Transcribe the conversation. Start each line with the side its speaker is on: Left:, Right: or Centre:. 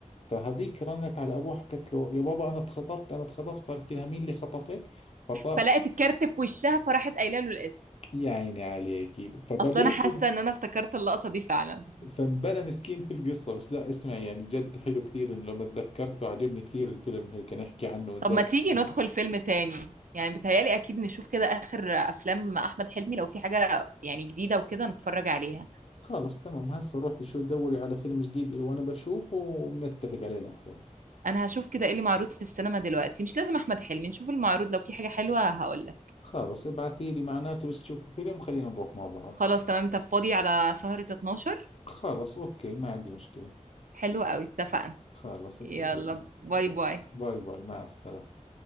Left: فهذيك رنت على ابوها حكت له يا بابا انا اتخطفت انا اتخطفت صار يحكي لها مين اللي خطفك فط
Right: فلقت الكارت في وشها فراحت قايله له الاسم
Left: يا عيني عليكي فبلوه
Right: اصل انا حاسه ان انا افتكرت اللقطه دي فعلا
Left: فانبلى مسكين في القصة بس لا اسمع يعني جد حلو كثير إنه لما تذكرته عجبني كثير الفيلم هيك نحكي عنه وندردش
Right: طب ما تيجي
Left: عنه
Right: ندخل فيلم تاني يعني بتهيالي اكيد نشوف كده اخر افلام احمد حلمي لو في حاجه يعني جديده وكده نتفرج عليها
Left: خلاص تمام هسه روحي شو دوري على فيلم جديد إله وأنا بشوفه وبنتفق عليه نحضره
Right: انا هشوف كده ايه اللي معروض في السينما دلوقتي مش لازم احمد حلمي نشوف المعروض لو في حاجه حلوه هقول لك
Left: خلاص ابعثي لي معناته بس تشوفي فيلم خلينا نروح مع بعض
Right: خلاص تمام طب فاضي على سهره 12
Left: خلاص أوكي ما عندي مشكلة
Right: حلو قوي اتفقنا
Left: خلاص اتفقنا
Right: يلا باي باي
Left: باي باي مع السلامة